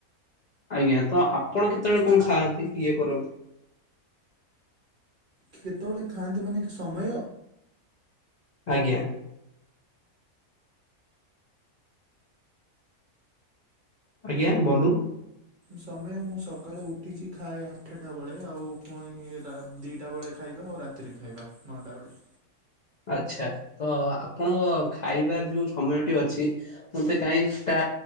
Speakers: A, on the left; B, on the right.
A: ଆଜ୍ଞା ତ ଆପଣ କେତେବେଳେ କଣ ଖାଆନ୍ତି ଇଏ କରନ୍ତି?
B: କେତେବେଳେ ଖାଆନ୍ତି ମାନେ ସମୟ?
A: ଆଜ୍ଞା ଆଜ୍ଞା ବନ୍ଧୁ।
B: ସମୟ ମୁଁ ସକାଳେ ଉଠିକି ଖାଏ ଆଠେଟା ବେଳେ ଆଉ ପୁଣି ଏଟା ଦିଟା ବେଳେ ଖାଇବା ଆଉ ରା ରାତିରେ ଖାଇବା ନଅଟା ବେଳେ।
A: ଆଛା ତ ଆପଣଙ୍କ ଖାଇବା ଯୋଉ ସମୟଟି ଅଛି ଇ ମତେ କାଇଁ ସେଟା